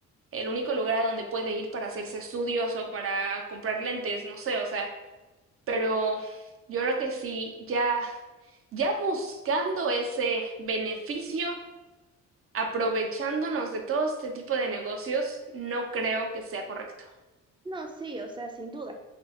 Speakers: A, on the right; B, on the right.
A: el único lugar a donde puede ir para hacerse estudios o para comprar lentes, no sé, o sea, pero yo creo que sí, ya, ya buscando ese beneficio, aprovechándonos de todo este tipo de negocios, no creo que sea correcto.
B: No, sí, o sea, sin duda.